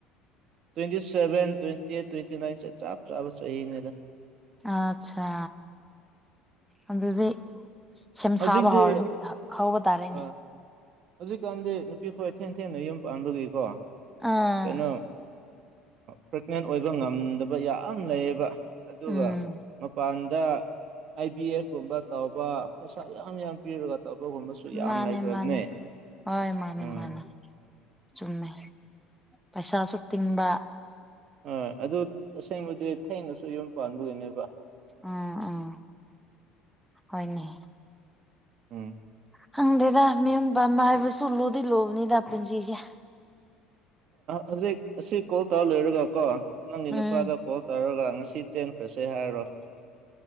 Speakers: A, on the right; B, in the centre.
A: twenty seven twenty eight twenty ꯅꯥꯏꯟꯁꯦ ꯆꯞ ꯆꯥꯕ ꯆꯍꯤꯅꯦꯗ
B: ꯑꯆꯥ ꯑꯗꯨꯗꯤ ꯁꯦꯝ
A: ꯍꯧꯖꯤꯛꯇꯤ
B: ꯁꯥꯕ ꯍꯧꯔꯅꯤ ꯍꯧꯕ ꯇꯥꯔꯦꯅꯦ
A: ꯑꯥ ꯍꯧꯖꯤꯛꯀꯥꯟꯗꯤ ꯅꯨꯄꯤ ꯈꯣꯏ ꯊꯦꯡ ꯊꯦꯡꯅ ꯌꯨꯝ ꯄꯥꯟꯕꯒꯤꯀꯣ
B: ꯑꯥ
A: ꯀꯩꯅꯣ ꯄ꯭ꯔꯦꯒꯅꯦꯟ ꯑꯣꯏꯕ ꯉꯝꯗꯕ ꯌꯥꯝ ꯂꯩꯌꯦꯕ ꯑꯗꯨꯒ
B: ꯎꯝ
A: ꯃꯄꯥꯟꯗ ꯑꯥꯏ ꯕꯤ ꯑꯦꯐꯒꯨꯝꯕ ꯇꯥꯎꯕ ꯄꯩꯁꯥ ꯌꯥꯝ ꯌꯥꯝ ꯄꯤꯔꯒ ꯇꯧꯕꯒꯨꯝꯕꯁꯨ ꯌꯥꯝ
B: ꯃꯥꯅꯦ
A: ꯂꯩꯈ꯭ꯔꯕꯅꯦ
B: ꯃꯥꯅꯦ ꯍꯣꯏ ꯃꯥꯅꯦ
A: ꯎꯝ
B: ꯃꯥꯅꯦ ꯆꯨꯝꯃꯦ ꯄꯩꯁꯥꯁꯨ ꯇꯤꯡꯕ
A: ꯑ ꯑꯗꯨ ꯇꯁꯦꯡꯕꯗꯤ ꯊꯦꯡꯅꯁꯨ ꯌꯨꯝ ꯄꯥꯟꯕꯒꯤꯅꯦꯕ
B: ꯎꯝ ꯎꯝ ꯍꯣꯢꯅꯦ
A: ꯎꯝ
B: ꯈꯪꯗꯦꯗ ꯃꯤꯌꯨꯝ ꯄꯥꯟꯕ ꯍꯥꯢꯕꯁꯨ ꯂꯨꯗꯤ ꯂꯨꯕꯅꯤꯗ ꯄꯨꯟꯁꯤꯁꯦ
A: ꯍꯧꯖꯤꯛ ꯑꯁꯤ ꯀꯣꯜ ꯇꯧꯔ ꯂꯣꯏꯔꯒ ꯀꯣ ꯅꯪꯒꯤ ꯅꯨꯄꯥꯗ
B: ꯎꯝ
A: ꯀꯣꯜ ꯇꯧꯔꯒ ꯉꯁꯤ ꯆꯦꯟꯈ꯭ꯔꯁꯦ ꯍꯥꯏꯔꯣ